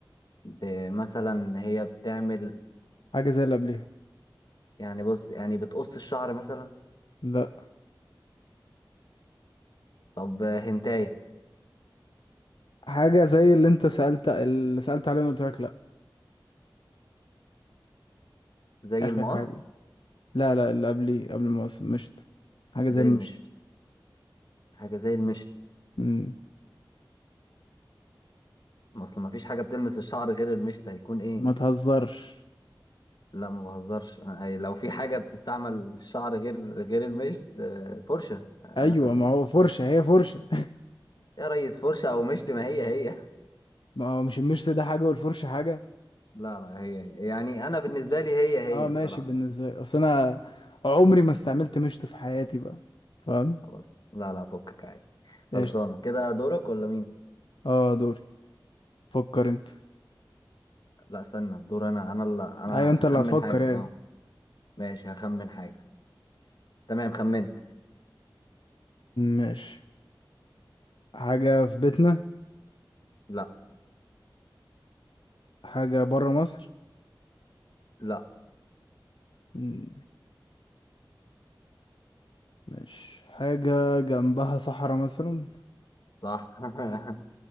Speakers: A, on the left; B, on the left.
A: بمثلا هي بتعمل
B: حاجة زي اللي قبلها
A: يعني بص يعني بتقص الشعر مثلا
B: لا
A: طب هنتاية
B: حاجة زي اللي انت سألت اللي سألت عليه وأنا قلت لك لا
A: زي
B: اخر
A: المقص
B: حاجة لا لا اللي قبلي قبل المواسم مشت حاجة زي
A: زي
B: مشت
A: المشط حاجة زي المشط
B: مم.
A: ما اصل ما فيش حاجة بتلمس الشعر غير المشط هيكون ايه
B: ما تهزرش
A: لا ما بهزرش أنا- أي لو في حاجة بتستعمل الشعر غير غير المشط آه، فرشة آه،
B: ايوه
A: مثلا
B: ما هو فرشة هي فرشة
A: يا ريس فرشة او مشط ما هي هي <laughs>
B: <laughs> ما هو مش المشت ده حاجة والفرشة حاجة
A: لا لا هي هي. يعني انا بالنسبة لي هي هي
B: اه ماشي
A: بصراحة
B: بالنسبة لي اصل انا عمري ما استعملت مشت في حياتي بقى فاهم
A: خلاص لا لا فكك عادي
B: قشطة
A: خلصانة كده دورك ولا مين
B: اه دوري فكر انت
A: لا استنى دور انا انا اللي انا
B: ايوه انت
A: هخمن
B: اللي هتفكر
A: حاجة اه
B: ايه
A: ماشي هخمن حاجة تمام خمنت
B: ماشي حاجة في بيتنا
A: لا
B: حاجة برا مصر
A: لا
B: مم، ماشي حاجة جنبها صحراء مثلا
A: صح <laughs>